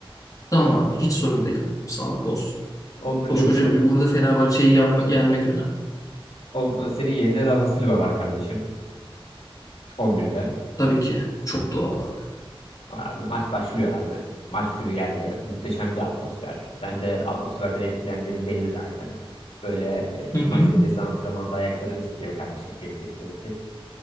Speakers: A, on the left; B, on the left.
A: Tamam abi hiç sorun değil. Sağlık olsun.
B: 11'de
A: Koskoca
B: yoksun.
A: burada Fenerbahçe'yi yenme- yenmek önemli.
B: O, o- senin yerine Rafa Silva var kardeşim. 11'de.
A: Tabii ki. Çok doğal abi.
B: Abi maç başlıyor abi. Maç günü geldi. Muhteşem bir atmosfer. Sen de atmosferden etkilendiğin belli zaten. Böyle e, işte
A: Hı hı.
B: maç öncesi antrenmanda ayakların titriyor kardeşim. Tir tir tir tir.